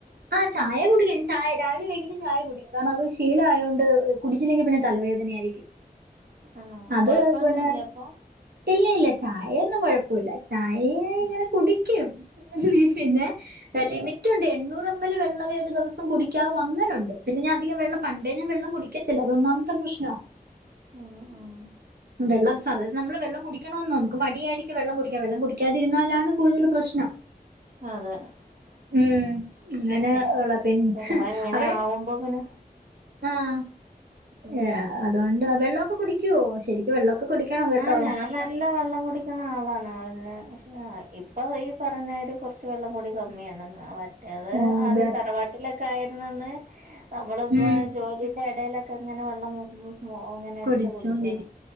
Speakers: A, on the right (about 80°); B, on the right (about 55°).
A: ആഹ് ചായ കുടിക്കും ചായ രാവിലെ വൈകിട്ടും ചായ കുടിക്കും കാരണമത് ഒരു ശീലായോണ്ട് കുടിച്ചില്ലെങ്കി പിന്നെ തലവേദനയായിരിക്കും.
B: ആണോ
A: അത്
B: കൊഴപ്പൊന്നുല്ല
A: പുന്നെ
B: ഇപ്പൊ
A: ഇല്ല ഇല്ല ചായയൊന്നും കൊഴപ്പുല്ല ചായെ
B: ഉം.
A: കുടിക്കും പിന്നെ. ലിമിറ്റുണ്ട് എണ്ണൂറമ്മല് വെള്ളവേ ഒരു ദെവസം കുടിക്കാവു അങ്ങനുണ്ട് പിന്നെ ഞാന് അധികം വെള്ളം പണ്ടേ ഞാന് വെള്ളം കുടിക്ക് തില്ല അതൊന്നാമത്തെ പ്രശ്നാ.
B: ഉം ഉം.
A: വെള്ളം സാധയിത് നമ്മള് വെള്ളം കുടിക്കണം നമക്ക് മടിയായിരിക്കും വെള്ളം കുടിക്കാൻ വെള്ളം കുടിക്കാതിരുന്നാലാണ് കൂടുതൽ പ്രശ്നം.
B: അതെ
A: ഉം
B: ആഹ്
A: അങ്ങനെ
B: പിന്നെ
A: ഉള്ള പിന്നെ
B: ഞാന് ഇങ്ങനെ
A: അവിടെ
B: ആവുമ്പോ പിന്നെ.
A: ആഹ്
B: ഉം
A: ഏഹ് അതോണ്ടാ വെള്ളൊക്കെ കുടിക്കോ ശരിക്കു വെള്ളൊക്കെ കുടിക്ക ക്കണം കേട്ടോ.
B: ആഹ് ഞാൻ നല്ല വെള്ളം കുടിക്ക്ണ ആളാണോ പക്ഷെ ഇപ്പൊ ഈ പറഞ്ഞരു. കൊറച്ച് വെള്ളം കുടി കമ്മിയാണെന്ന. എത്
A: ഓ
B: ആദ്യം
A: ബേ
B: തറവാട്ടിലൊക്കെ ആയിര്ന്നന്ന് നമ്മളിപ്പോ
A: ഉം
B: ജോലി. ലെടെലൊക്കെ ഇങ്ങനെ വെള്ളം ഉം ഉം അങ്ങനെ എടുത്ത്
A: കുടിച്ചോണ്ടിരി
B: കുടിക്കാണ്.